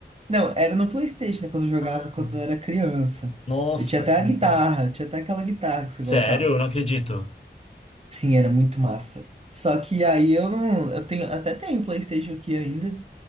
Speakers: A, on the right; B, on the left.
A: Não, era no PlayStation, né, quando eu jogava
B: Uhum.
A: quando eu era criança.
B: Nossa,
A: Eu tinha até
B: que-
A: a guitarra, tinha até aquela guitarra que você
B: sério?
A: colocava.
B: Eu não acredito.
A: Sim, era muito massa. Só que aí eu não. Eu tenho, até tenho PlayStation aqui ainda,